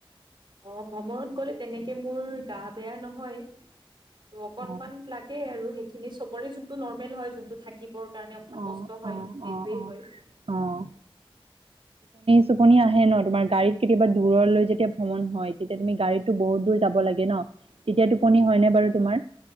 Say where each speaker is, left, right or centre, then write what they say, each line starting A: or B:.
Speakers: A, on the right (about 50°); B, on the right (about 80°).
A: অ ভ্ৰমণত গ'লে তেনেকে মোৰ গা বেয়া নহয় অকনমান
B: অ
A: লাগে আৰু সেইখিনি চবৰে যোনটো নৰ্মেল হয় যোনটো থাকিব ৰব কাৰণে অকমান
B: অ
A: কষ্ট হয়
B: অ
A: সেইটোৱেই
B: অ অ
A: হয়
B: অ টোপনি আহে ন তোমাৰ গাড়ীত কেতিয়াবা দূৰলৈ যেতিয়া ভ্ৰমণ হয় তেতিয়া তুমি গাড়ীতো বহুত দূৰ যাব লাগে ন তেতিয়া টোপনি হয় নে বাৰু তোমাৰ